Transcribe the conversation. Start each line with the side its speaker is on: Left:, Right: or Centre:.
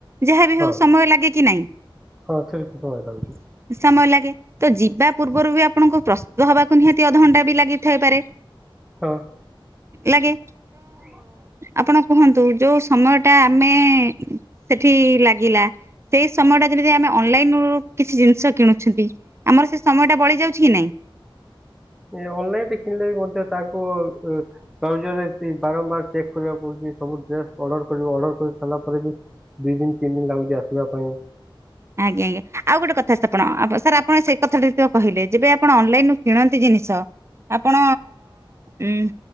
Right: ଯାହା ବିି
Centre: ହଁ
Right: ହଉ ସମୟ ଲାଗେ କି ନାଇଁ-
Centre: ହଁ ସେମିତି ସମୟ ଲାଗୁଛି
Right: <unintelligible> ସମୟ ଲାଗେ ତ ଯିବା ପୂର୍ବରୁ ବି ଆପଣଙ୍କୁ ପ୍ରସ୍ତୁତ ହବାକୁ ନିହାତି ଅଧଘଣ୍ଟା ବି ଲାଗିଥଇପାରେ
Centre: ହଁ -
Right: ଲାଗେ
Centre: ହିଁ-
Right: ଆପଣ କୁହନ୍ତୁ ଯୋଉ ସମୟ ଟା ଆମେ ସେଠି ଲାଗିଲା ସେଇ ସମୟ ଟା ଯେମିତି ଆମେ ଅନଲାଇନ ରୁ କିଛି ଜିନିଷ କିଣୁଛନ୍ତି ଆମର ସେ ସମୟ ଟା ବଳି ଯାଉଛି କିଛି ନାଇଁ
Centre: ଏ ଅନଲାଇନ ରେ କିଣିଲେ ବି ମଧ୍ୟ ତାକୁ <unintelligible> ବାରମ୍ବାର ବାରମ୍ବାର ଚେକ୍ କରିବାକୁ ପଡୁଛି ସବୁ ଡ୍ରେସ ଅର୍ଡର କର ଅର୍ଡର କରି ସାରିଲା ପରେ ବି ଦିଇ ଦିନ ତିନି ଦିନ ଲାଗୁଛି ଆସିବା ପାଇଁ
Right: ଆଜ୍ଞା ଆଜ୍ଞ ଆଉ ଗୋଟେ କଥା ଆପଣ ସାର୍ ଆପଣ ସେଇ କଥାଟ କହିଲେ ଯେବେ ଆପଣ ଅନଲାଇନ ରୁ କିଣନ୍ତି ଜିନିଷ ଆପଣ ଉଁ